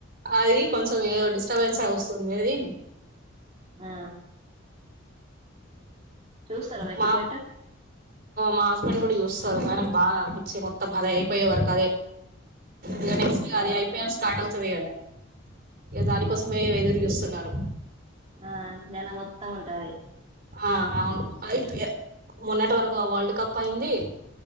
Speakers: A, on the right (about 50°); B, on the right (about 35°).
A: అది కొంచెం ఏదో డిస్టర్బెన్స్గా వస్తుంది అది
B: ఆ చూస్తారా మీరు
A: మా
B: క్రికెట్
A: మా హస్బెండ్ కూడా చూస్తారు ఆయనకు బాగా అనిపించేత్త మొత్తం అది అయిపోయే వరకి ఇగ నెక్స్ట్గా
B: ఆ
A: అది ఐపీఎల్ స్టార్ట్ అవుతది కదా ఇక దానికోసమే ఎదురు చూస్తున్నారు
B: ఆ ననా మొత్తం వ ఉంటాయి
A: ఆ అవును అయిపోయి మన్నటి వరకు వరల్డ్ కప్ అయింది